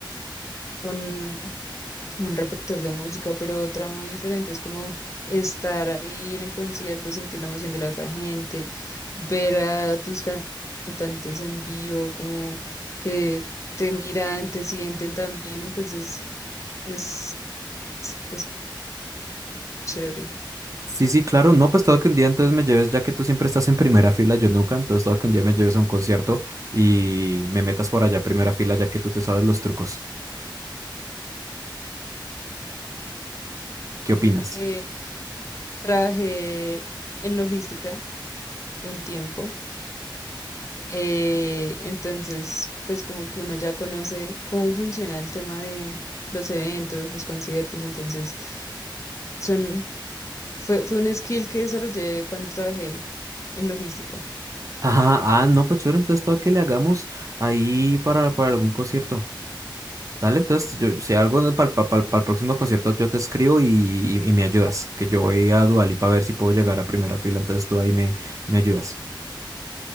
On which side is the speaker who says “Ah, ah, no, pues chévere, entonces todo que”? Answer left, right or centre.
Right